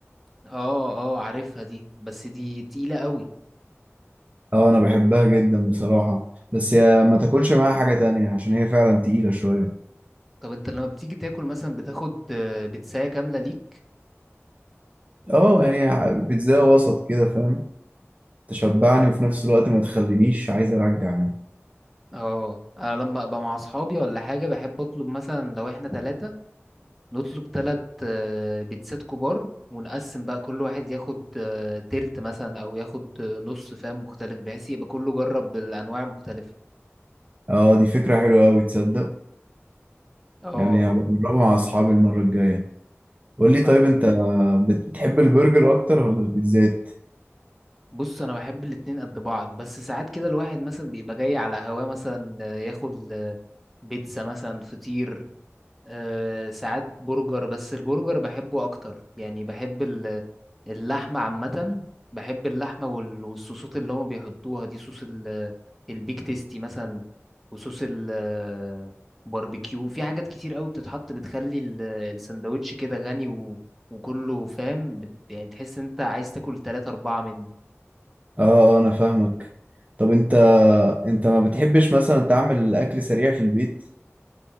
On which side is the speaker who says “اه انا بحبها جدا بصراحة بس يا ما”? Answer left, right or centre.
Right